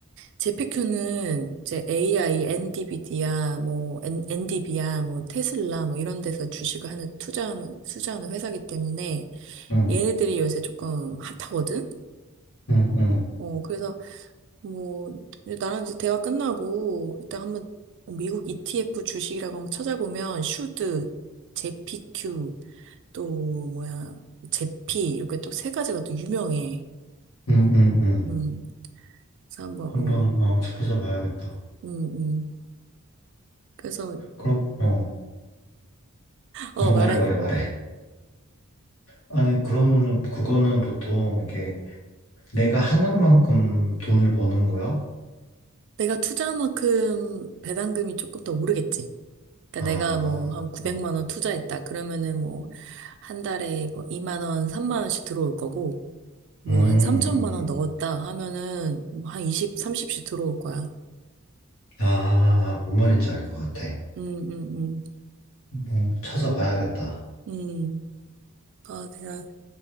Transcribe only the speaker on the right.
제피큐는 이제 AI, n d v 디 d 뭐, 엔 엔디비아, 뭐, 테슬라, 뭐, 이런 데서 주식을 하는, 투자하는, 투자하는 회사기 때문에
얘네들이 요새 조금 핫하거든?
어, 그래서 뭐, 이제 나랑 이제 대화 끝나고 이따 한번 미국 ETF 주식이라고 한번 찾아보면 슈드, 제피큐, 또 뭐야, 제피, 이렇게 또 세 가지가 또 유명해.
어,
음. 그래서 한번,
어,
음, 음. 그래서,
어,
말해.
내가 투자한 만큼 배당금이 조금 더 오르겠지. 그러니까
내가 뭐 한 900만
원 투자했다. 그러면은 뭐 한 달에 뭐 2만 원, 3만 원씩 들어올 거고 뭐
한 3천만
원 넣었다 하면은 뭐 한 20, 30씩 들어올 거야.
음, 음,
음. 음. 아, 내가